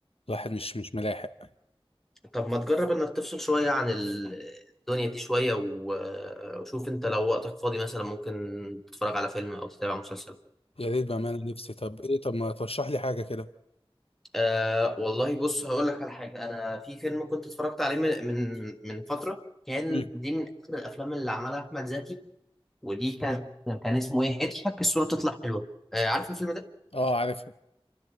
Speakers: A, on the left; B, in the centre.
A: الواحد مش مش ملاحق
B: طب ما تجرب انك تفصل شوية عن ال- الدنيا دي شوية و- وشوف انت لو وقتك فاضي مثلا ممكن تتفرج على فيلم او تتابع مسلسل
A: يا ريت بأمانة نفسي طب ايه طب ما ترشح لي حاجة كده
B: آه والله بص هقول لك على حاجة انا في فيلم كنت اتفرجت عليه من من من فترة كان
A: امم
B: دي من اخر الافلام اللي عملها احمد زكي ودي كان كان اسمه ايه اضحك الصورة تطلع حلوة آه عارف الفيلم ده
A: اه عارفها